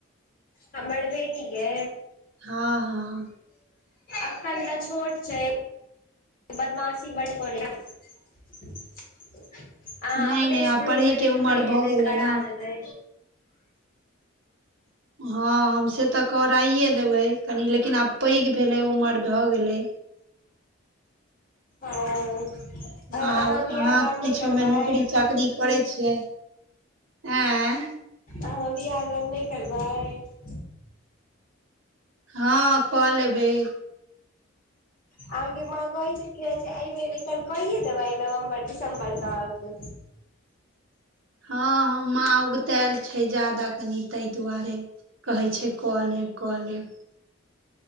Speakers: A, on the left (about 40°); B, on the right (about 70°).
A: हमर बेटीगे।
B: हँ, हँ।
A: अखन तऽ छोट छै। बदमाशी बड़ पदे। अहाँ
B: नहि
A: अपने
B: नहि
A: स्कूलमे
B: आब पढ़यके
A: देखबै
B: उमर
A: हेतैऽ
B: भऽ गेलै
A: करा
B: ने
A: देबै।
B: हँ, हम से तऽ कराइए देबै, कनि लेकिन आब पैघ भेलै उमर भऽ गेलै।
A: ओ आओर
B: आ अहाँ
A: बियाह दान
B: किछोमे
A: नहि करबै
B: नौकरी चाकरी। करै छियै, आँ।
A: आ हो बियाह दान नहि करबै।
B: हँ, कऽ लेबै।
A: अहाँकेँ माँ कहै छलकिय जे एहि बेर एकर कहिए देबै नवम्बर दिसम्बर तक।
B: हँ, माँ उगतायल छै, ज्यादा कनि ताहि दुआरे। कहै छै, कऽ लेब कऽ लेब।